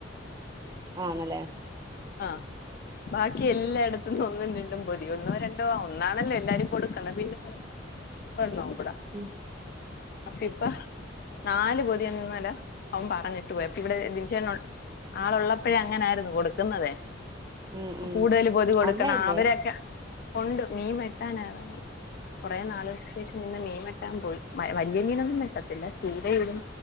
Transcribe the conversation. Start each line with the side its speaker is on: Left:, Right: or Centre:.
Right: ആന്നല്ലേ
Left: ആ ബാക്കി എല്ലാടെത്തും ഒന്നും രണ്ടും പൊതി ഒന്നോ രണ്ടോ ആഹ് ഒന്നാണല്ലോ എല്ലാരും കൊടുക്ക്ണെ പിന്നെ ഒരെണ്ണോംകൂടെ
Right: ഉം
Left: അപ്പഇപ്പ നാല് പൊതി എന്ന്ന്നെലെ അവൻ പറഞ്ഞിട്ട് പോയ് അപ്പ ഇവിടെ ബിൻചേട്ടൻ ഒള്ള് ആളൊള്ളപ്പഴേ അങ്ങനാര്ന്ന് കൊടുക്കുന്നതേ
Right: ഉം ഉം
Left: കൂടുതല് പൊതി കൊടുക്കണാവരക്കെ
Right: അമ്മയില്ലേ
Left: ഒണ്ട് മീൻ വെട്ടാനെറങ്ങി കൊറേ നാള്കൾക്ക് ശേഷം ഇന്ന് മീൻ വെട്ടാൻ പോയി വ വല്യ മീനൊന്നും വെട്ടത്തില്ല ചൂരേം ഇതും